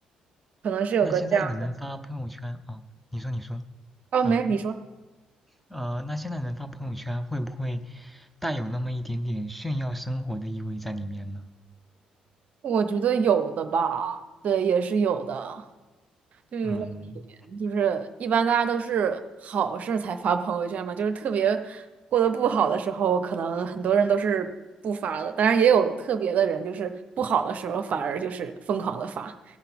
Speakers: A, on the right (about 50°); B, in the centre.
A: 可能是有个这样的。
B: 那现在的人发朋友圈啊，哦你说你说，
A: 哦，
B: 啊
A: 没，你说，
B: 呃，那现在人发朋友圈会不会带有那么一点点炫耀生活的意味在里面呢？
A: 我觉得有的吧，对，也是有的。就是说
B: 嗯。
A: 就是一般大家都是好事儿才发朋友圈嘛，就是特别过得不好的时候，可能很多人都是不发的，当然也有特别的人，就是不好的时候反而就是疯狂的发，